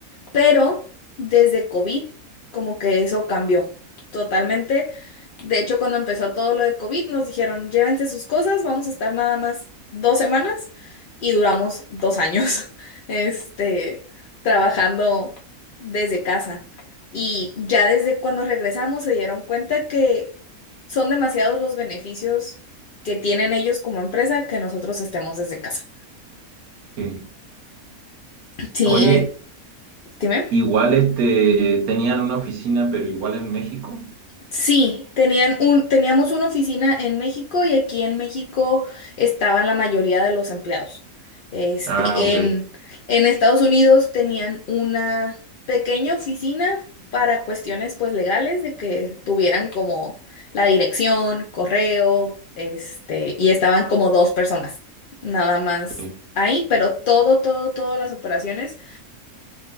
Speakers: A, on the left; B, on the right.
A: Pero desde COVID, como que eso cambió totalmente. De hecho, cuando empezó todo lo de COVID, nos dijeron, llévense sus cosas, vamos a estar nada más dos semanas y duramos dos años, <laughs> este, trabajando desde casa. Y ya desde cuando regresamos se dieron cuenta que son demasiados los beneficios que tienen ellos como empresa que nosotros estemos desde casa.
B: Sí.
A: Sí,
B: Oye,
A: eh, dime.
B: igual este, tenían una oficina, pero igual en México.
A: Sí, tenían un, teníamos una oficina en México y aquí en México estaban la mayoría de los empleados. Este,
B: Ah, ok.
A: en, en Estados Unidos tenían una pequeña oficina para cuestiones pues legales de que tuvieran como la dirección, correo, este, y estaban como dos personas, nada más
B: Sí,
A: ahí, pero todo, todo, todas las operaciones